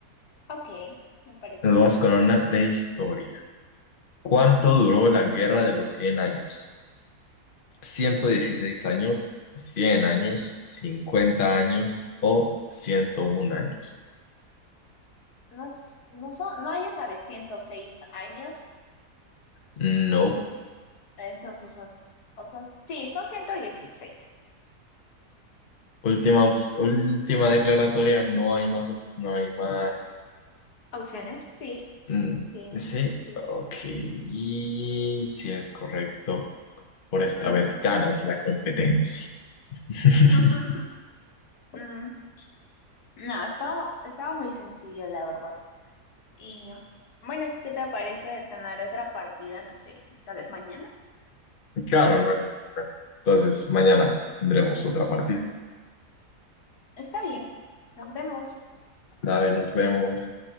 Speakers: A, on the left; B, on the left.
A: Ok, me parece
B: Nos vamos
A: justo.
B: con una de historia. ¿Cuánto duró la guerra de los Cien años? Ciento dieciséis años, 100 años, 50 años o 101 años?
A: No, s- no, son, no hay una de 106 años,
B: No.
A: entonces son, o son, sí, son ciento dieciséis,
B: Última, ops- última declaratoria. No hay más. op- No hay más.
A: ¿Opciones? Sí,
B: mm,
A: sí,
B: Sí,
A: sí.
B: ok. Y si es correcto. Por esta
A: Ujú.
B: vez ganas la competencia. <laughs>
A: <laughs> Mm, No, estaba, estaba muy sencillo, la verdad. Y bueno, ¿qué te parece ganar otra partida? No sé, tal vez mañana.
B: Claro, no hay ningún problema. Entonces, mañana tendremos otra partida.
A: Está bien, nos vemos.
B: Dale, nos vemos.